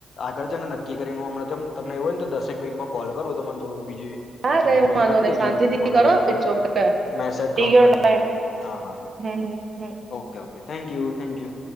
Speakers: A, on the left; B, on the right.
A: આગળ છે ને નક્કી કરીન હું તમને એવું હોયન તો દસેક મિનિટમાં કોલ કરું તમન બીજી
B: હા
A: ઈન્ફોર્મેશન
B: કઈ વાંધો
A: આપી
B: નહી
A: દેજો
B: શાંતિથી
A: હું ગ્રુપમાં ખાલી
B: કરો
A: એક વાર
B: it's okay
A: message
B: take
A: drop
B: your
A: કરીન
B: ટાઈમ
A: કરું હા હા
B: હમ હમ
A: okay okay thank you thank you